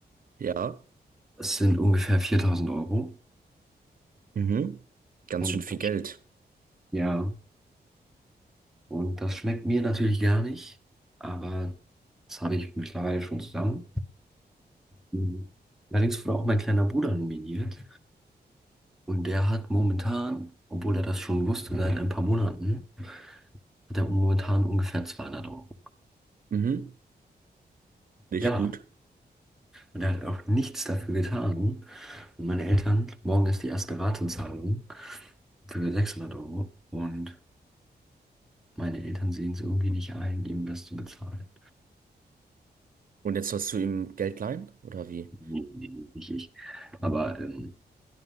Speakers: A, on the right (about 55°); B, in the centre.
A: ja,
B: Es sind ungefähr 4000 Euro.
A: mhm. Ganz
B: Und
A: schön viel
B: das,
A: Geld.
B: ja, und das schmeckt mir natürlich gar nicht, aber das habe ich mittlerweile schon zusammen. Mhm. Allerdings wurde auch mein kleiner Bruder nominiert. Und der hat momentan, obwohl er das schon wusste seit ein paar Monaten, hat er momentan ungefähr 200 Euro.
A: Mhm, nicht
B: Ja.
A: gut.
B: Und er hat auch nichts dafür getan. Und meine Eltern, morgen ist die erste Ratenzahlung für 600 Euro. Und meine Eltern sehen es irgendwie nicht ein, ihm das zu bezahlen.
A: Und jetzt hast du ihm Geld leihen, oder wie?
B: Nee, nee, nee, nicht ich. Aber ähm,